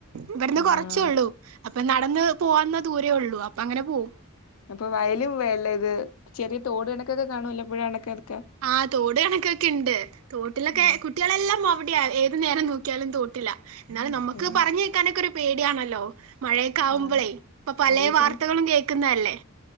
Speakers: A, on the right; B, on the left.
A: ഇവട്ന്ന്
B: ആഹ്
A: കൊറച്ചൊള്ളൂ അപ്പൊ നടന്ന് പോവാന് ദൂരേ ഉള്ളൂ അപ്പൊ അങ്ങനെ പോവും.
B: അപ്പൊ വയലും വെളളം ഇത് ചെറിയ തോട് കണക്കൊക്കെ കാണൂല്ലേ പുഴ അണക്കൊക്കെ
A: ആഹ തോട് കണക്കൊക്കെ ഉണ്ട് തോട്ടിലൊക്കെ
B: ഉം
A: കുട്ടികളെല്ലാം അവിടെ ഏത് നേരം നോക്കിയാലും തോട്ടിൽ എന്നാലും നമുക്ക്
B: ആഹ്
A: പറഞ്ഞു നിൽക്കാനൊക്കെ ഒരു പേടിയാണല്ലോ മഴയൊക്കെ ആവുമ്പോളേ
B: ആഹ്
A: ഇപ്പൊ പല
B: അറിയത്തില്ല
A: വാർത്തകളും കേൾക്കുന്നല്ലേ